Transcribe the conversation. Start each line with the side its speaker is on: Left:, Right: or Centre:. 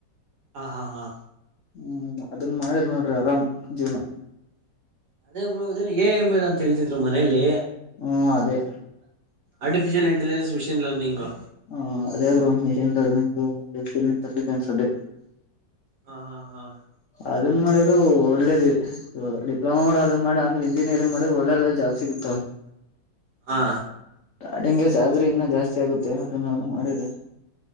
Right: ಹಾ ಹಾ ಹಾ
Left: ಹ್ಮ್ ಅದನ್ ಮಾಡಿರಿ ನೋಡ್ರಿ ಆರಾಮ್ ಜೀವನ
Right: ಅದೇ ಬ್ರೋ ಅದೇನ್ ಎ ಐ ಎಮೇಲ ಅಂತ ಹೇಳ್ತಿದ್ರು ಮನೇೆಯಲ್ಲಿ
Left: ಹ್ಮ್ ಅದೇ
Right: ಆರಟ್ಟಿಫಿಷಿಯಲ್ ಇಂಟೆಲಿಜೆನ್ಸ್ ಮಿಷನ್ ಲರ್ನಿಂಗ
Left: ಹ ಅದೇ bro machine learning artificial intelligence ಅದೆ
Right: ಹಾ ಹಾ ಹಾ
Left: ಅದನ್ ಮಾಡಿ ಒಳ್ಳೇದ ಡಿಪ್ಲೊಮಾ ಮಾಡ ಅದ್ ಮಾಡಿ ಆಮೇಲೆ ಇಂಜಿನಿಯರಿಂಗ್ ಮಾಡಿದ್ರೆ ಒಳ್ಳೆಳ್ಳೆ ಜಾಬ್ ಸಿಗುತ್ತ
Right: ಹಾ
Left: ಅದು ಹಿಂಗೆ ಸ್ಯಾಲ್ರಿ ಇನ್ನ ಜಾಸ್ತಿ ಆಗುತ್ತೆ ಅದನ್ನೆಲ್ಲ ಮಾಡಿದೆ